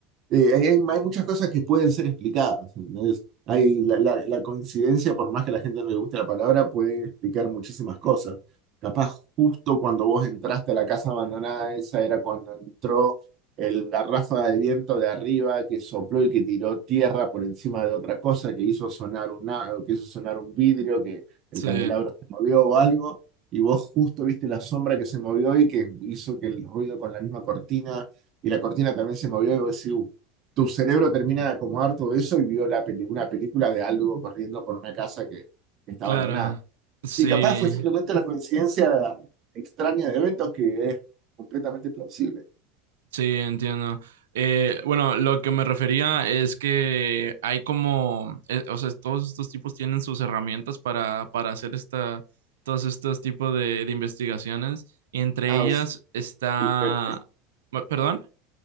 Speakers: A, on the right; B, on the right.
A: eh, hay, hay- hay muchas cosas que pueden ser explicadas. ¿entendés? Hay la, la- la coincidencia, por más que a la gente no le guste la palabra, puede explicar muchísimas cosas. Capaz justo cuando vos entraste a la casa abandonada, esa era cuando entró el, la ráfaga de viento de arriba que sopló y que tiró tierra por encima de otra cosa, que hizo sonar una, que hizo sonar un vidrio, que el
B: sí,
A: candelabro se movió o algo, y vos justo viste la sombra que se movió y que hizo que el ruido con la misma cortina y la cortina también se movió y vos decís, "Uh, tu cerebro termina de acomodar todo eso y vio la peli- una película de algo corriendo por una casa que, que está
B: claro,
A: abandonada.
B: sí.
A: Y capaz fue simplemente la coincidencia extraña de eventos que es completamente plausible.
B: Sí, entiendo. Eh, bueno, lo que me refería es que hay como, eh, o sea, todos estos tipos tienen sus herramientas para, para hacer esta, todos estos tipos de, de investigaciones. Y entre
A: Ah,
B: ellas
A: es-
B: está,
A: el EVP,
B: ma- ¿perdón?